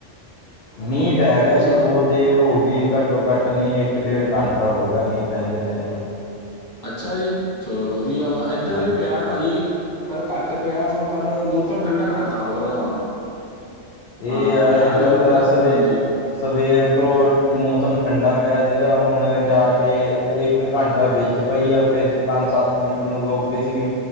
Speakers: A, on the left; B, on the left.
A: ਮੀਂਹ ਪੈ
B: ਮੌਸਮ
A: ਗਿਆ ਜੀ ਬੋਤ। ਦੇ ਹੋ ਗਈ। ਘੱਟੋ -ਘੱਟ ਨੀ ਇੱਕ- ਡੇਢ ਘੰਟਾ ਹੋ ਗਿਆ, ਮੀਂਹ ਪੈਂਦੇ -ਪੈਂਦੇ।
B: ਅੱਛਾ ਜੀ, ਚਲੋ ਵਧੀਆ ਵਾ। ਏਧਰ
A: ਹਾਂਜੀ
B: ਵੀ ਪਿਆ ਭਾਜੀ- ਪਰ ਘੱਟ ਪਿਆ। ਪਰ, ਮੌਸਮ ਠੰਡਾ ਕਰਤਾ ਵਾ ਥੋੜ੍ਹਾ ਜਿਆ ਹੁਣ।
A: ਇਹ
B: ਹਾਂ
A: ਆ
B: ਪਿਆ
A: ਏਦਾਂ
B: ਜ਼ਰੂਰ
A: ਤਾਂ
B: ਹੈ
A: ਸਵੇਰ
B: ਹਾਂਜੀ
A: ਸਵੇਰ ਤੋਂ ਮੌਸਮ ਠੰਡਾ ਪਿਆ ਸੀਗਾ ਹੁਣ ਜਾ ਕੇ ਇੱਕ ਘੰਟਾ ਵਿੱਚ ਚੁਪਈਆ ਫਿਰ ਪੰਜ ਸੱਤ ਮਿੰਟ ਨੂੰ ਰੋਕਦੀ ਸੀਗੀ